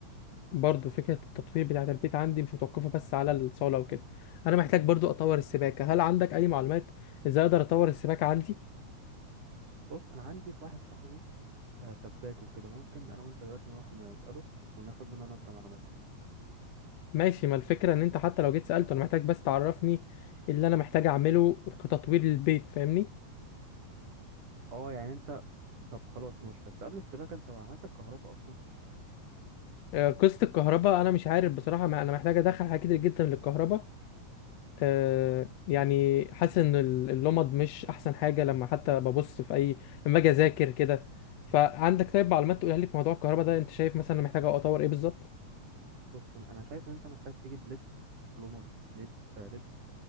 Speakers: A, on the left; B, on the right.
A: برضو فكرة التطوير بتاعة البيت عندي مش متوقفة بس على الصالة وكده أنا محتاج برضو أطور السباكة هل عندك أي معلومات إزاي أقدر أطور السباكة عندي؟
B: بص انا عندي واحد صاحبي آه، سباك وكده ممكن انا وانت دلوقتي نروح نسأله وناخد منه نقطة معلومات
A: ماشي ما الفكرة إن أنت حتى لو جيت سألته أنا محتاج بس تعرفني اللي أنا محتاج أعمله كتطوير للبيت فاهمني؟
B: اه يعني انت طب خلاص ماشي بس قبل السباكة انت عملت الكهرباء اصلا
A: آه، قصة الكهرباء أنا مش عارف بصراحة ما أنا محتاج أدخل حاجات كتير جدا للكهرباء آه، يعني حاسس إن ال- اللمض مش أحسن حاجة لما حتى ببص في أي لما أجي أذاكر كده فعندك طيب معلومات تقولها لي في موضوع الكهرباء ده أنت شايف مثلا أنا محتاج أطور إيه بالظبط؟
B: بص انا شايف ان انت محتاج تجيب ليد لمض ليد آه ليد